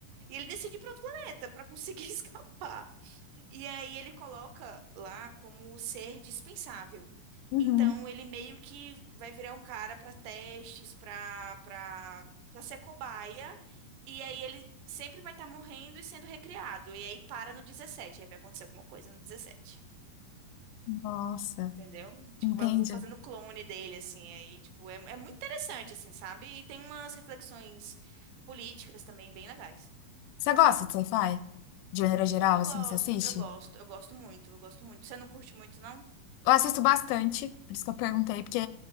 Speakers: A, on the right; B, on the left.
A: E ele decide ir pra outro planeta pra conseguir <laughs> escapar. E aí ele coloca lá como ser dispensável.
B: uhum.
A: Então ele meio que vai virar um cara pra testes, pra, pra, pra ser cobaia. E aí ele sempre vai estar morrendo e sendo recriado. E aí para no 17 aí vai acontecer alguma coisa no dezessete
B: Nossa,
A: Entendeu? Tipo,
B: entende?
A: vão vão fazendo clone dele, assim, aí, tipo, é, é muito interessante, assim, sabe? E tem umas reflexões políticas também bem legais.
B: Você gosta de sci-fi? De maneira geral,
A: Eu
B: assim,
A: gosto,
B: você assiste?
A: eu gosto, eu gosto muito, eu gosto muito. Você não curte muito, não?
B: Eu assisto bastante, por isso que eu perguntei, porque